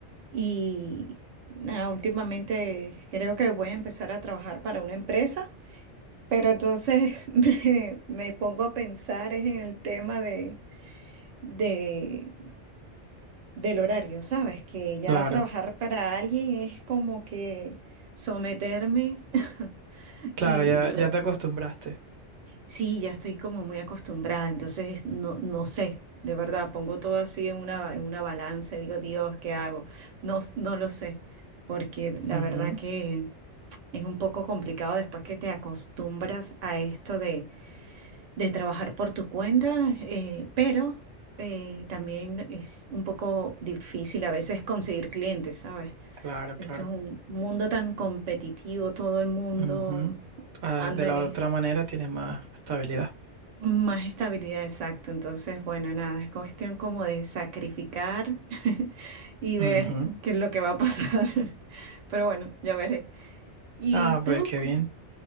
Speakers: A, on the right; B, on the right.
A: Y nada, últimamente creo que voy a empezar a trabajar para una empresa, pero entonces <laughs> me, me pongo a pensar es en el tema de, de- del horario, ¿sabes? Que ya
B: claro,
A: trabajar para alguien es como que someterme <laughs>
B: claro,
A: y,
B: ya,
A: pero
B: ya te
A: bueno.
B: acostumbraste.
A: Sí, ya estoy como muy acostumbrada, entonces no, no sé, de verdad, pongo todo así en una, en una balanza y digo, Dios, ¿qué hago? No, s- no lo sé, porque la
B: Ujú,
A: verdad que es un poco complicado después que te acostumbras a esto de, de trabajar por tu cuenta, eh, pero eh, también es un poco difícil a veces conseguir clientes, ¿sabes?
B: claro,
A: Esto
B: claro.
A: es un mundo tan competitivo, todo el mundo
B: Ujú. Ah,
A: anda
B: de la
A: en esto.
B: otra manera tienes más estabilidad.
A: Más estabilidad, exacto. Entonces, bueno, nada, es cuestión como de sacrificar <laughs> y
B: Ujú.
A: ver qué es lo que va a pasar. <laughs> Pero bueno, ya veré. ¿Y
B: Ah, pues
A: tú?
B: qué
A: cu-
B: bien.